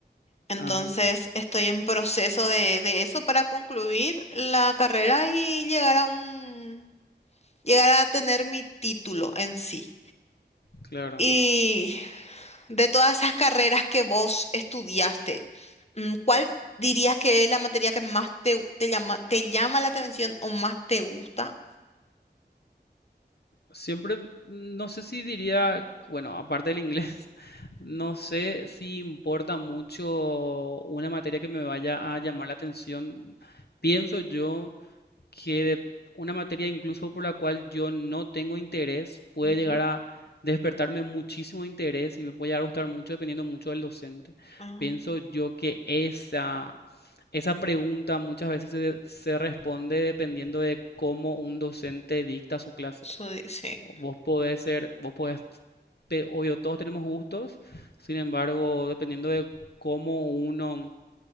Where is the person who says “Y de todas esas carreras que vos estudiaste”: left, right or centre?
Left